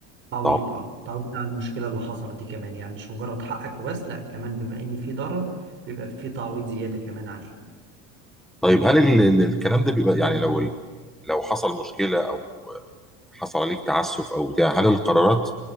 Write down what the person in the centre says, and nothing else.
تعويض
طيب هل ال- ال- الكلام ده بيبقى يعني لو ال- لو حصل مشكله او حصل عليك تعسف او بتاع هل القرارات